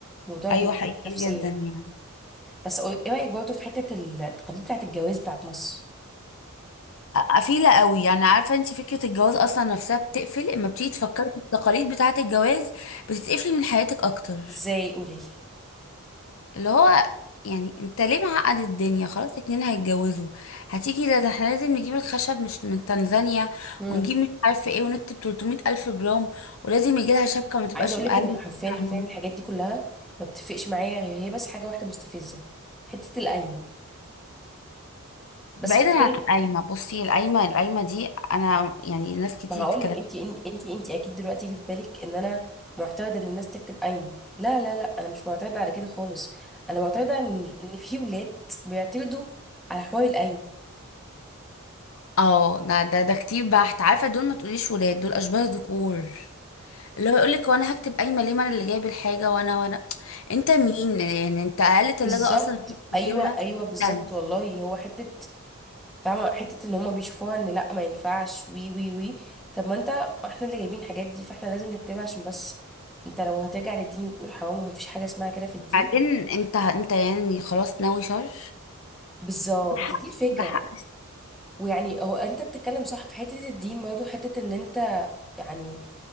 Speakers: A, in the centre; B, on the left (about 60°).
A: موضوع
B: ايوه
A: بيتعب
B: حقيقي
A: نفسيا
B: جدا يعني
A: بس قول- ايه رايك برضه في حته التقاليد بتاعه الجواز بتاعه مصر
B: قفيله قوي يعني عارفه انت فكره الجواز اصلا نفسها بتقفل اما بتيجي تفكري في التقاليد بتاعه الجواز بتتقفلي من حياتك اكتر
A: ازاي قولي لي
B: اللي هو يعني انت ليه معقد الدنيا خلاص اتنين هيتجوزوا هتيجي لا ده احنا لازم نجيب الخشب مش من تنزانيا
A: امم
B: ونجيب مش عارفه ايه ونكتب 300 الف جرام ولازم يجي لها شبكه ما تبقاش
A: عايزه اقول
B: اقل
A: لك ان
B: من كده
A: حرفيا حرفيا
B: عنها.
A: الحاجات دي كلها ما بتفرقش معايا غير هي بس حاجه واحده مستفزه حته القايمه بس
B: بعيدا
A: خدي بالك
B: عن القايمه بصي القايمه القايمه دي انا يعني ناس كتير
A: ما هقول
B: تتكلم
A: لك انت انت انت اكيد دلوقتي يجي في بالك ان انا معترضه ان الناس تكتب قايمه لا لا لا انا مش معترضه على كده خالص انا معترضه ان ان في ولاد بيعترضوا على حوار القايمه
B: اه لا ده ده كتير بحت عارفه دول ما تقوليش ولاد دول اشباه ذكور اللي هو يقولك وانا هكتب قايمه ليه ما انا اللي جايب الحاجه وانا وانا انت مين يعني انت اقل تلاجة
A: بالظبط
B: اصلا بتجيبها
A: ايوه ايوه بالظبط
B: بألف
A: والله هو حته فاهمه حته ان هم بيشوفوها ان لا ما ينفعش وي وي وي طب ما انت احنا اللي جايبين الحاجات دي فاحنا لازم نكتبها عشان بس انت لو هترجع للدين وتقول حرام ومفيش حاجه اسمها كده في الدين
B: بعدين انت انت يعني خلاص ناوي شر
A: بالظبط
B: ده حق
A: دي الفكره
B: ده حق
A: ويعني هو انت بتتكلم صح في حته الدين برضه حته ان انت يعني